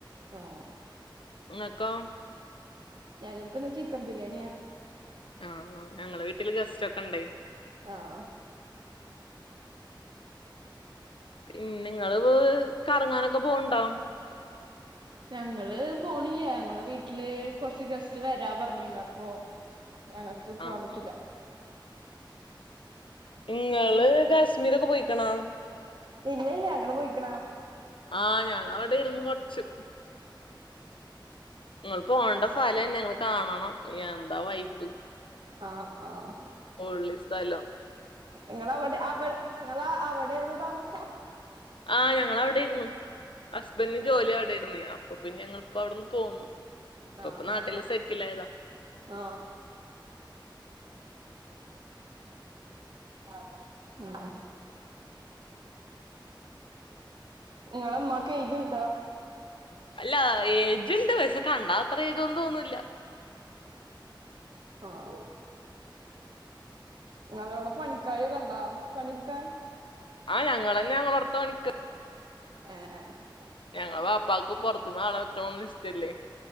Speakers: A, on the right; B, on the left.
A: ആഹ
B: ഇങ്ങക്കോ
A: ഞങ്ങക്ക്ന്ന് ചിക്കൻ ബിരിയാണിയാ
B: ആഹ ഞങ്ങളെ വീട്ടില് ഗസ്റ്റ് ഒക്കെ ഉണ്ടെ
A: ആഹ
B: പിന്നെങ്ങള് കറങ്ങാനൊക്കെ പോണ്ടോ
A: ഞങ്ങള് പോണില്ല ഞങ്ങളെ വീട്ടില് കൊറച്ച് ഗസ്റ്റ് വരാ പറഞ്ഞിണ്ട് അപ്പൊ ഞങ്ങക്ക് പോവാൻ
B: ആഹ്
A: പറ്റൂല
B: ആഹ് ഇങ്ങള് കാശ്മീർ ഒക്കെ പോയിക്കണാ
A: ഇല്ല ഇല്ല നീങ്ങൾ പോയിക്കണ
B: ആഹ ഞാന അവിടെ ആയിരുന്നു കുറച്ചു നിങ്ങൾ പോണ്ട സ്ഥലംന്നെ
A: ആഹ്
B: നിങ്ങള് കാണണം എന്താ വൈബ്
A: ആഹ് ആഹ്
B: പൊള്ളിസ്ഥല്ലം
A: നിങ്ങളവിടെ അവടെ നിങ്ങള അവിടൊയിരുന്നു താമസം
B: ആഹ ഞങ്ങവിടെ ആയിരുന്നു ഹസ്ബന്ഡന് ജോലി
A: ആഹ്
B: അവിടെരുന്നു അപ്പൊ പിന്നെ ഞങ്ങിപ്പോ അവിടെന്ന് പോന്നു ഇപ്പ
A: ആഹ
B: ഇപ്പൊ നാട്ടില് സെറ്റിൽ ആയതാ
A: ആഹ് ആഹ് ഉം നിങ്ങളെമ്മക്ക് ഏജന്
B: അല്ല ഏജുണ്ട് പക്ഷെ കണ്ടാ അത്ര ഏതൊന്നും തോന്നൂല്ല
A: ആഹ ഞ അവിടെ പണിക്കാരൊക്കെ ഉണ്ടാ പണിെടുക്കാൻ
B: ആ് ഞങ്ങൾന്നെ ഞങ്ങോർത്ത് മണിക്ക
A: ആഹ ആ
B: ഞങ്ങള പാപ്പാക്ക് പുറത്തുന്ന്ളെ വെക്കണന്നന്ന് ഇഷ്ടല്ലേ